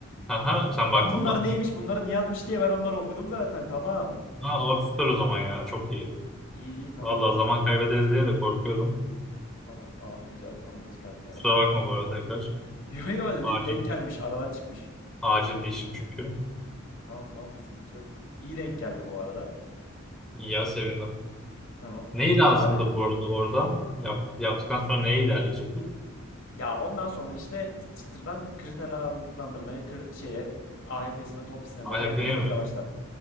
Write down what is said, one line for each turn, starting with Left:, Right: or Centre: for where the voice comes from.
Centre: Aha sen baktın
Left: Ben bunlar
Centre: mı?
Left: neymiş, bunları niye atmış diye ben onları okudum zaten. Tamam.
Centre: Ha abi süper o zaman ya çok iyi.
Left: İyi iyi tamam.
Centre: Vallahi zaman kaybederiz diye de korkuyordum.
Left: Tamam tamam güzel. Onu da çıkardık aradan.
Centre: Kusura bakma bu arada tekrar.
Left: <laughs> Yo yo dedi,
Centre: Acil.
Left: denk gelmiş aradan çıkmış.
Centre: Acil bir işim çünkü.
Left: Tamam tamam sıkıntı yok. İyi denk geldi bu arada.
Centre: İyi ya sevindim.
Left: Tamam.
Centre: Neyi lazımdı
Left: Abi
Centre: bu arada oradan? Yap, yaptıktan sonra neye ilerleyecektik?
Left: ya ondan sonra işte çıtırdan kriterler alındıklandırmaya kır- şeye AHP'sine topisine doğru
Centre: AHP'ye
Left: ya gidiyoruz
Centre: mi?
Left: yavaştan.